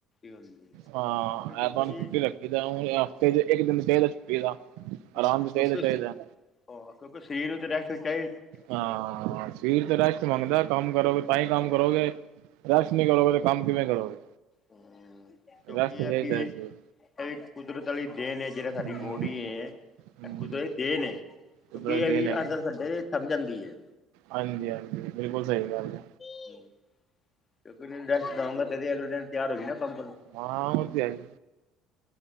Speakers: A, on the left; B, on the right.
A: ਹੁੰਦੀ ਹੈ ਕਿਉਂਕਿ
B: ਹਾਂ
A: ਦੇਖੋ
B: ਐਤਵਾਰ
A: ਜੀ
B: ਛੁੱਟੀ ਰੱਖੀ ਤਾਂ ਹੁਣ ਹਫ਼ਤੇ ਚ ਇੱਕ ਦਿਨ ਫੇਰ ਏ ਛੂੱਟੀ ਦਾ ਆਰਾਮ
A: ਕਿਉਂਕਿ
B: ਚਾਹੀਦਾ ਚਾਹੀਦਾ
A: ਉਹ ਕਿਉਂਕਿ ਸਰੀਰ ਨੂੰ ਤਾਂ ਰੈਸਟ ਚਾਹੀਦੀ
B: ਹਾਂ ਸਰੀਰ ਤੇ ਰੈਸਟ ਮੰਗਦਾ
A: ਨੂੰ
B: ਕੰਮ ਕਰੋਗੇ ਤਾਂ ਹੀ ਕੰਮ ਕਰੋਗੇ ਰੈਸਟ
A: ਹੂੰ
B: ਨੀ ਕਰੋਗੇ ਤੇ ਕੰਮ ਕਿਵੇਂ ਕਰੋਗੇ।
A: ਹੂੰ। ਕਿਉਂਕਿ
B: ਰੈਸਟ ਚਾਹੀਦਾ
A: ਏ ਕਿ ਏ,
B: ਸਰੀਰ
A: ਐ ਵੀ ਕੁਦਰਤ ਵਾਲੀ ਦੇਣ ਹੈ ਜਿਹੜਾ ਸਾਡੀ
B: ਹੂੰ।
A: ਬੋਡੀ ਏ
B: ਹੂੰ
A: ਏਹ ਕੁਦਰਤ ਦੀ ਦੇਨ ਏ, ਕਿਉਂਕਿ
B: ਕੁਦਰਤ
A: ਇਹ
B: ਦੀ
A: ਵੀ
B: ਦੇਣ ਹੈਗੀ
A: ਅੱਠ ਦਸ ਘੰਟੇ ਥੱਕ ਜਾਂਦੀ ਏ।
B: ਹਾਂਜੀ ਹਾਂਜੀ ਬਿਲਕੁਲ, ਸਹੀ ਗੱਲ ਏ।
A: ਕਿਉਂਕਿ ਰੈਸਟ ਕਰਾਊਂਗਾ ਤੇ ਹੀ ਅਗਲੇ ਦਿਨ ਤਿਆਰ ਹੋਈਏ ਨਾ ਕੰਮ ਕਰਨ
B: ਹਾ ਉਹ ਤੇ ਹੈ ਈ